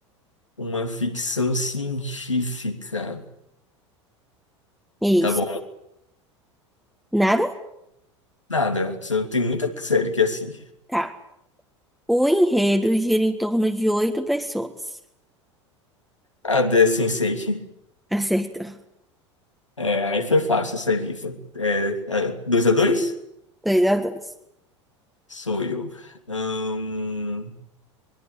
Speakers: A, on the left (about 85°); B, in the centre.
A: uma ficção científica.
B: Isso.
A: Tá bom.
B: Nada?
A: Nada. Tem muita série que é assim.
B: Tá. O enredo gira em torno de oito pessoas.
A: A The Sense8.
B: Acertou.
A: É, aí foi fácil essa dica. É, é, 2 a 2.
B: Dois a dois.
A: Sou eu. Ahn,